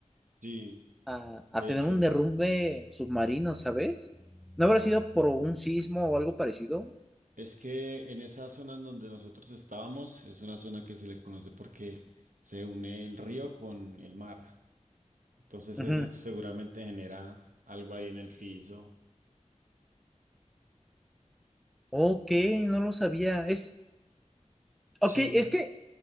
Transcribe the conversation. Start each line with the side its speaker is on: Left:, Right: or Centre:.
Right: Sí,
Centre: a,
Right: de
Centre: a tener
Right: hecho,
Centre: un derrumbe submarino, ¿sabes? ¿No habrá sido por un sismo o algo parecido?
Right: es que en esa zona en donde nosotros estábamos es una zona que se le conoce porque se une el río con el mar. Entonces
Centre: Ujú.
Right: eso seguramente genera algo ahí en el piso.
Centre: Ok, no lo sabía. Es, ok,
Right: Sí,
Centre: es que